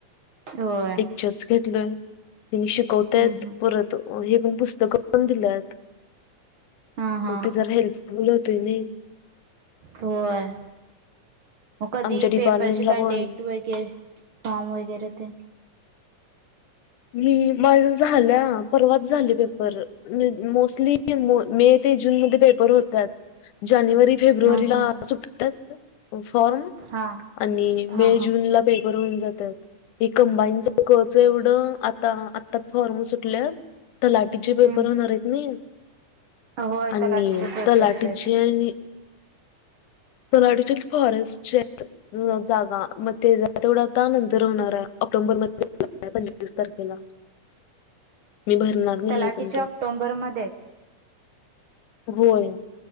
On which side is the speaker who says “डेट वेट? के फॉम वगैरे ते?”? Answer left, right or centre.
Right